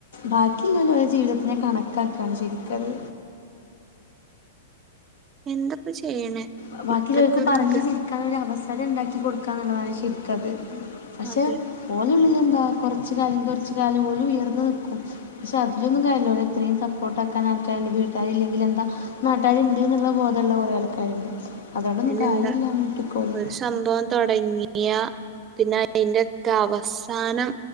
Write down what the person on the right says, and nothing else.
എന്തപ്പ ചെയ്യണേ
ഇപ്പത്തെ
ഒരു
ഇത്
അതെ
പിന്നെന്താ
ഒരു സംഭവം തൊടങ്ങി <unintelligible> പിന്നെ അയിന്റെ ഒക്കെ അവസാനം